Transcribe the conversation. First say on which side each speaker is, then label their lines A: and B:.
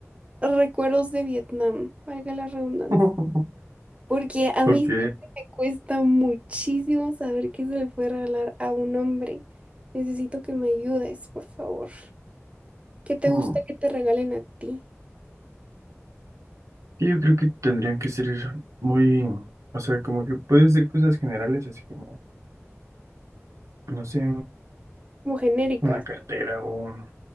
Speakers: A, on the right; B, on the right.
A: recuerdos de Vietnam, valga la redundancia.
B: <laughs>
A: Porque a mí
B: Ok.
A: siempre me cuesta muchísimo saber qué se le puede regalar a un hombre. Necesito que me ayudes, por favor. ¿Qué te
B: Mm.
A: gusta que te regalen a ti?
B: Y Yo creo que tendrían que ser muy, o sea, como que pueden ser cosas generales, así como, no sé,
A: Como genéricas.
B: una cartera o, un-